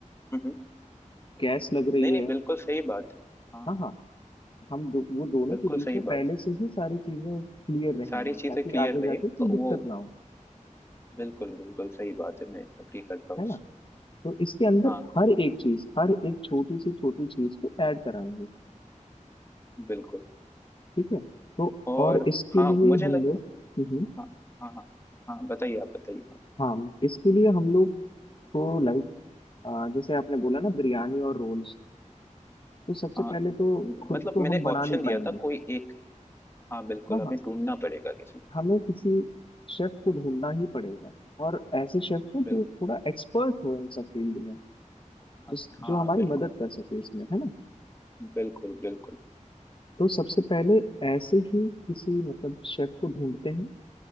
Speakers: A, on the left; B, on the left.
A: हम्म, हम्म।
B: गैस लग रही
A: नहीं नहीं
B: है
A: बिल्कुल सही बात है। हाँ
B: हाँ
A: हाँ
B: हाँ हम दो, वो दोनों
A: बिल्कुल
B: के बीच
A: सही
B: में पहले
A: बात है।
B: से ही सारी चीजें क्लियर रहेंगी
A: सारी चीजें
B: ताकि
A: क्लियर
B: आगे
A: रहे
B: जाके कोई
A: तो
B: दिक्कत
A: वो
B: ना हो
A: बिल्कुल बिल्कुल सही बात है मैं अग्री करता हूँ
B: है
A: उससे
B: ना तो इसके अंदर
A: हाँ
B: हर एक चीज हर एक छोटी सी छोटी चीज को ऐड कराएंगे
A: बिल्कुल
B: ठीक है तो
A: और
B: और इसके
A: हाँ
B: लिए
A: मुझे
B: हम
A: लग
B: लोग हम्म,
A: हाँ हाँ हाँ हाँ बताइए आप बताइए हाँ
B: हाँ इसके लिए हम लोग को लाइक जैसे आपने बोला ना बिरयानी और रोल्स तो सबसे
A: हाँ
B: पहले तो खुद
A: मतलब
B: तो
A: मैंने
B: हम बना
A: ऑप्शन
B: नहीं
A: दिया
B: पाएंगे
A: था कोई एक हाँ बिल्कुल
B: हाँ
A: हमें
B: हाँ
A: ढूंढना पड़ेगा किसी को
B: हमें किसी शेफ को ढूंढना ही पड़ेगा और ऐसे शेफ को
A: बिल्कुल
B: जो थोड़ा एक्सपर्ट हो इन सब फील्ड में
A: हाँ
B: जिस जो हमारी
A: हाँ बिल्कुल
B: मदद कर सके इसमें है ना
A: बिल्कुल बिल्कुल
B: तो सबसे पहले ऐसे ही किसी मतलब शेफ को ढूंढते हैं